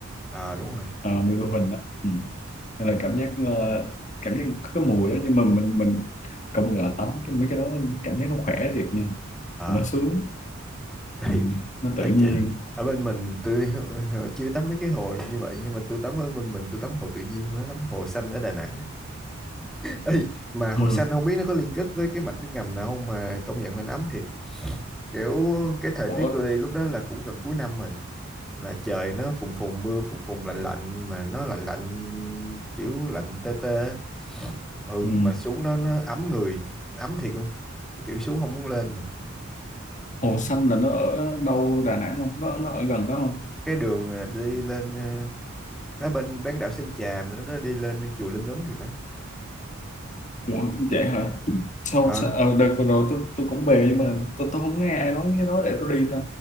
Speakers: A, in the centre; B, on the left.
A: à đúng rồi
B: ờ, mùi lưu huỳnh á ừ. Nên là cảm giác ờ, cảm giác có cái mùi đó nhưng mà mình mình công nhận là tắm cái mấy cái đó cảm giác nó khỏe thiệt nha
A: à
B: nó sướng
A: đây
B: ừ. nó
A: ở,
B: tự nhiên
A: ch- ở bên mình tôi chưa tắm mấy cái hồ như vậy nhưng mà tôi tắm ở bên mình tôi tắm hồ tự nhiên đó tắm hồ xanh ở Đà Nẵng Ê, mà hồi
B: ừ.
A: xanh không biết nó có liên kết với cái mạch nước ngầm nào không mà công nhận là nó ấm thiệt kiểu cái thời
B: Ủa,
A: tiết tôi đi lúc đó là cũng gần cuối năm rồi là trời nó phùn phùn mưa phùn phùn lạnh lạnh mà nó lạnh lạnh kiểu lạnh tê tê ừ
B: ừ.
A: mà xuống đó nó ấm người ấm thiệt luôn kiểu xuống không muốn lên mà
B: Hồ Xanh là nó ở đâu Đà Nẵng không? Nó nó ở gần đó không?
A: cái đường à, đi lên à, nó bên bán đảo Sơn Trà mà nó nó đi lên chùa Linh Ứng thì phải
B: Ủa, vậy hả? Sao,
A: ờ
B: sao? Ờ, đợt vừa rồi tôi tôi cũng về nhưng mà tôi tôi không nghe ai nói cái đó để tôi đi ta.